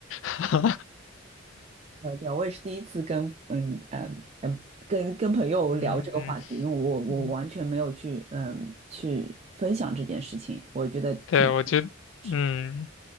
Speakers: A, on the left; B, on the right.
A: <laughs>
B: 呃，对，我也是第一次跟嗯嗯嗯跟跟朋友聊这个话题，
A: 嗯
B: 因为我我完全没有去嗯去分享这件事情，
A: 嗯，
B: 我觉得挺
A: 对，我觉得，
B: 是
A: 嗯。